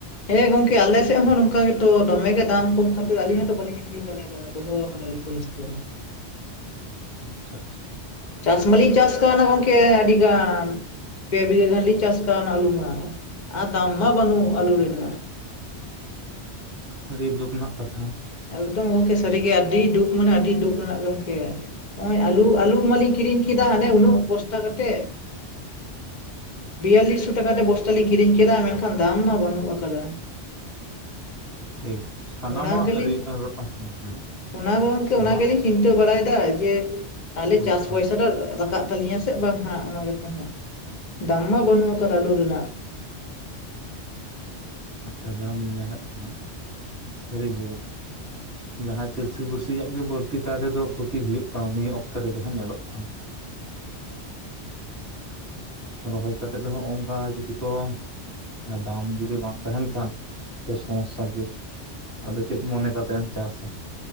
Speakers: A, on the left (about 45°); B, on the right (about 20°).
A: ᱦᱮᱸ ᱜᱚᱝᱠᱮ ᱟᱞᱮ ᱥᱮᱜ ᱦᱚᱸ ᱱᱚᱝᱠᱟ ᱜᱮᱛᱚ ᱫᱚᱢᱮ ᱜᱮ ᱫᱟᱢ ᱠᱚᱢ ᱠᱷᱟᱹᱛᱤᱨ ᱟᱹᱞᱤᱧ ᱦᱚᱸᱛᱚ ᱵᱟᱞᱤᱧ ᱟᱹᱠᱷᱨᱤᱧ ᱫᱟᱲᱮᱭᱟᱫᱟ ᱾ ᱫᱚᱦᱚ ᱟᱠᱟᱫᱟᱞᱤᱧ ᱠᱚᱞᱮᱥᱴᱨᱚᱞ ᱨᱮ ᱾
B: ᱟᱪᱪᱷᱟ ᱟᱪᱪᱷᱟ
A: ᱪᱟᱥ ᱢᱟᱞᱤᱧ ᱪᱟᱥ ᱠᱟᱱᱟ ᱜᱚᱢᱠᱮ ᱟᱹᱰᱤᱜᱟᱱ, ᱯᱮ ᱵᱤᱜᱷᱟᱹ ᱜᱟᱱ ᱞᱤᱧ ᱪᱟᱥ ᱠᱟᱣᱱᱟ ᱟᱞᱩ ᱢᱟ ᱾ ᱟᱨ ᱫᱟᱢ ᱢᱟ ᱵᱟᱹᱱᱩᱜ ᱟᱞᱩ ᱨᱮᱱᱟᱜ ᱾
B: ᱟᱹᱰᱤ ᱫᱩᱠ ᱨᱮᱱᱟᱜ ᱠᱟᱛᱷᱟ ᱾
A: ᱮᱠᱫᱚᱢ ᱜᱚᱢᱠᱮ ᱥᱟᱹᱨᱤᱜᱮ ᱟᱹᱰᱤ ᱰᱩᱠ ᱢᱟᱱᱮ ᱟᱹᱰᱤ ᱰᱩᱠ ᱨᱮᱱᱟᱜ ᱜᱚᱢᱠᱮ ᱚᱜ-ᱚᱭ ᱟᱞᱩ ᱟᱞᱩ ᱢᱟᱞᱤᱧ ᱠᱤᱨᱤᱧ ᱠᱤᱫᱟ ᱦᱟᱱᱮ ᱩᱱᱟᱹᱜ ᱵᱚᱥᱛᱟ ᱠᱟᱛᱮᱫ ᱵᱤᱭᱟᱞᱞᱤᱥ ᱥᱚ ᱴᱟᱠᱟ ᱛᱮ ᱵᱚᱥᱛᱟ ᱞᱤᱧ ᱠᱤᱨᱤᱧ ᱠᱮᱫᱟ ᱢᱮᱱᱠᱷᱟᱱ ᱫᱟᱢ ᱢᱟ ᱵᱟᱹᱱᱩᱜ ᱟᱠᱟᱫᱟ
B: ᱴᱷᱤᱠ ᱥᱟᱱᱟᱢᱟᱜ
A: ᱚᱱᱟ ᱜᱮᱞᱤᱧ
B: <unintelligible>
A: ᱚᱱᱟ ᱜᱚᱝᱠᱮ
B: ᱥᱟᱱᱟ
A: ᱚᱱᱟ ᱜᱮᱞᱤᱧ ᱪᱤᱱᱛᱟᱹ ᱵᱟᱲᱟᱭ ᱫᱟ ᱡᱮ ᱟᱞᱮ
B: ᱟᱪᱪᱷᱟ
A: ᱪᱟᱥ ᱯᱚᱭᱥᱟ ᱫᱚ ᱨᱟᱠᱟᱜ ᱛᱟᱞᱤᱧᱟ ᱥᱮᱫ ᱵᱟᱝ ᱦᱟᱸᱜ ᱚᱱᱟ ᱜᱮᱛ ᱦᱟᱸᱜ, ᱫᱟᱢ ᱢᱟ ᱵᱟᱹᱱᱩᱜ ᱟᱠᱟᱫᱟ ᱟᱹᱞᱩ ᱨᱮᱱᱟᱜ
B: ᱟᱪᱪᱷᱟ ᱡᱟᱦᱟᱸᱞᱤᱧ ᱢᱮᱱᱮᱫ ᱛᱟᱦᱮᱱᱟ ᱥᱟᱹᱨᱤᱜᱮ ᱡᱟᱦᱟᱸᱭ ᱪᱟᱹᱥᱤ ᱵᱟᱹᱥᱤᱭᱟᱜ ᱜᱮ ᱵᱟᱹᱲᱛᱤ ᱠᱟᱭ ᱛᱮ ᱫᱚ ᱠᱷᱚᱛᱤ ᱦᱩᱭᱩᱜ ᱠᱟᱱᱟ ᱱᱤᱭᱟᱹ ᱚᱠᱛᱚ ᱨᱮ ᱡᱟᱦᱟᱸ ᱧᱮᱞᱚᱜ ᱠᱟᱱᱟ ᱨᱚᱦᱚᱭ ᱠᱟᱛᱮᱫ ᱦᱚᱸᱜ ᱚᱝᱠᱟ ᱡᱩᱫᱤ ᱠᱚ ᱟᱨ ᱫᱟᱢ ᱡᱩᱫᱤ ᱵᱟᱝ ᱛᱟᱦᱮᱱ ᱠᱷᱟᱱ ᱥᱚᱢᱚᱥᱥᱟ ᱜᱮ ᱟᱫᱚ ᱪᱮᱫ ᱢᱚᱱᱮ ᱠᱟᱛᱮᱜ ᱮᱢ ᱪᱟᱥ-ᱟ